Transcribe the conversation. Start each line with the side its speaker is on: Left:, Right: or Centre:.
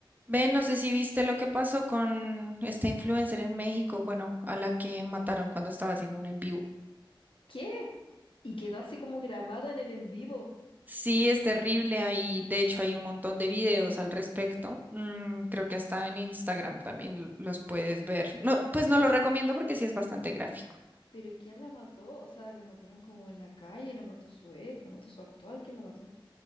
Right: Ve, no sé si viste lo que pasó con esta influencer en México, bueno, a la que mataron cuando estaba haciendo un en vivo.
Left: ¿Qué? Y quedó así como grabado en el en vivo.
Right: Sí, es terrible Hay, De hecho, hay un montón de videos al respecto. Mm, creo que hasta en Instagram también l- los puedes ver. No, pues
Left: Pero,
Right: no lo recomiendo porque sí es bastante gráfico.
Left: pero ¿quién la mató? O sea, la mataron como en la calle, la mató su ex, la mató su actual, ¿quién la mató?